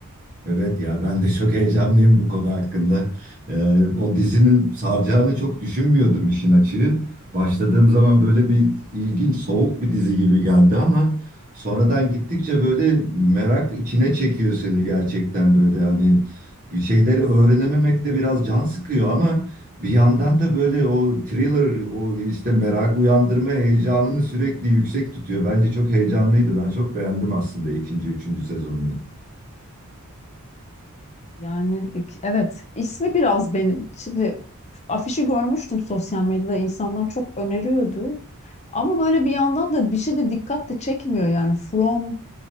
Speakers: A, on the right; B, on the left.
A: Evet ya ben de çok heyecanlıyım bu konu hakkında. Ee, o dizinin saracağını çok düşünmüyordum işin açığı. Başladığım zaman böyle bir ilginç soğuk bir dizi gibi geldi ama sonradan gittikçe böyle merak içine çekiyor seni gerçekten böyle hani bir şeyleri öğrenememek de biraz can sıkıyor ama bir yandan da böyle o thriller o işte merak uyandırma heyecanını sürekli yüksek tutuyor. Bence çok heyecanlıydı. Ben çok beğendim aslında ikinci, üçüncü sezonunu.
B: Yani ilk- evet ismi biraz benim. Şimdi afişi görmüştüm sosyal medyada insanlar çok öneriyordu. Ama böyle bir yandan da bir şey de dikkat de çekmiyor yani. From